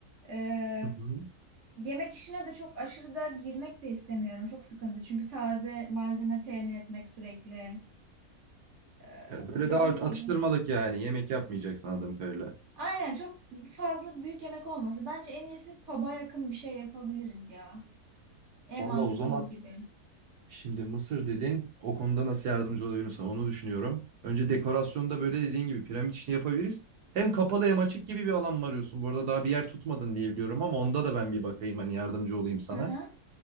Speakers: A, on the right; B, on the right.
A: Ee,
B: Hı hı.
A: yemek işine de çok aşırı da girmek de istemiyorum. Çok sıkıntı. Çünkü taze malzeme temin etmek sürekli. Ee,
B: Ya böyle
A: dediğim
B: daha at-
A: gibi.
B: atıştırmalık yani. Yemek yapmayacaksın anladığım kadarıyla.
A: Aynen çok fazla büyük yemek olması. Bence en iyisi pub'a yakın bir şey yapabiliriz ya. En
B: Vallahi
A: mantıklı
B: o zaman
A: o gibi.
B: Şimdi Mısır dedin. O konuda nasıl yardımcı olabilirim sana onu düşünüyorum. Önce dekorasyonda böyle dediğin gibi piramit işini yapabiliriz. Hem kapalı hem açık gibi bir alan mı arıyorsun? Bu arada daha bir yer tutmadın diye biliyorum ama onda da ben bir bakayım hani yardımcı olayım sana.
A: Hı hı.